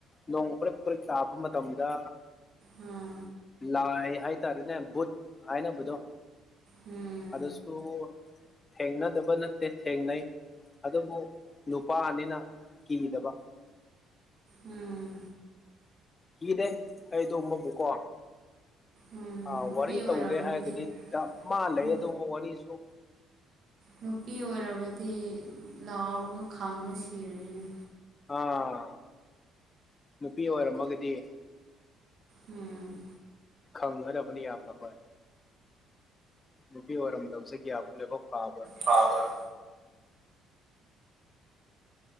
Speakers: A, on the left (about 30°); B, on the right (about 60°).
A: ꯅꯣꯡ ꯄꯔꯛ ꯄꯔꯛ ꯇꯥꯕ ꯃꯇꯝꯗ
B: ꯎꯝ
A: ꯂꯥꯏ ꯍꯥꯏꯇꯔꯦꯅꯦ ꯚꯨꯠ ꯍꯥꯏꯅꯕꯗꫭ
B: ꯎꯝ
A: ꯑꯗꯨꯁꯨ ꯊꯦꯡꯅꯗꯕ ꯅꯠꯇꯦ ꯊꯦꯡꯅꯩ ꯑꯗꯨꯕꯨ ꯅꯨꯄꯥꯅꯤꯅ ꯀꯤꯗꯕ
B: ꯎꯝ
A: ꯀꯤꯗꯦ ꯑꯩꯇꫭꯃꯕꯨꯀꫭ
B: ꯎꯝ
A: ꯑ
B: ꯅꯨꯄꯤ
A: ꯋꯥꯔꯤ
B: ꯑꯣꯏꯔꯝꯃꯗꯤ
A: ꯇꯧꯒꯦ ꯍꯥꯏꯔꯒꯗꯤ ꯗꯃꯥ ꯂꯩ
B: ꯅꯨ
A: ꯑꯗꯨ ꯑꯃꯨꯛ ꯋꯥꯔꯤꯁꯨ
B: ꯅꯨꯄꯤ ꯑꯣꯏꯔꯝꯃꯗꯤ ꯂꯥꯎꯔꯒ ꯈꯪꯔ ꯁꯤꯔꯅꯤꯅꯦ
A: ꯑꯥ ꯅꯨꯄꯤ ꯑꯣꯏꯔꯝꯃꯒꯗꯤ
B: ꯎꯝ
A: ꯈꯪꯒꯗꯕꯅꯤ ꯌꯥꯝꯅ ꯍꯣꯏ ꯅꯨꯄꯤ ꯑꯣꯏꯔꯝꯗꯕꯁꯦ ꯀꯌꯥꯃꯨꯛ ꯂꯥꯏꯕꯛ ꯐꯥꯕ꯭ꯔꯥ
B: ꯐꯕꯔꯥ